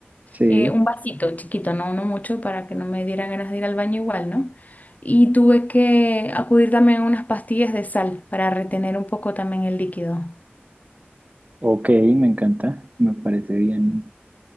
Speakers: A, on the right; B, on the left.
A: sí.
B: eh, un vasito chiquito, no, no mucho, para que no me diera ganas de ir al baño igual, ¿no? Y tuve que acudir también a unas pastillas de sal para retener un poco también el líquido.
A: Ok, me encanta, me parece bien.